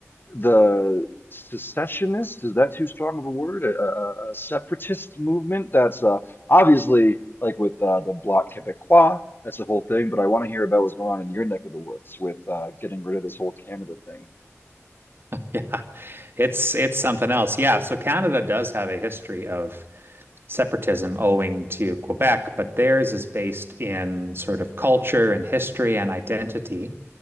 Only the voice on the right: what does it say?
Yeah, it's it's something else. Yeah, so Canada does have a history of separatism owing to Quebec, but theirs is based in sort of culture and history and identity,